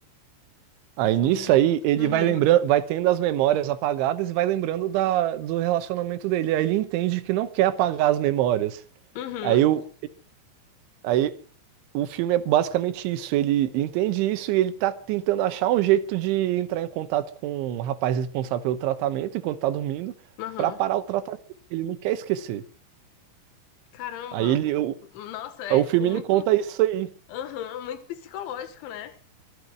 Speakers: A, on the right; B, on the left.
A: Aí
B: Deixa
A: nisso
B: eu ver.
A: aí, ele
B: Uhum.
A: vai lembrando, vai tendo as memórias apagadas e vai lembrando da, do relacionamento dele. Aí ele entende que não quer apagar as memórias.
B: Uhum.
A: Aí, eu, aí O filme é basicamente isso. Ele entende isso e ele tá tentando achar um jeito de entrar em contato com o rapaz responsável pelo tratamento enquanto tá dormindo
B: Aham.
A: pra parar o tratamento. Ele não quer esquecer.
B: Caramba.
A: Aí ele, o,
B: Nossa, é
A: o
B: tipo
A: filme
B: muito.
A: ele conta isso aí.
B: Aham, muito psicológico, né?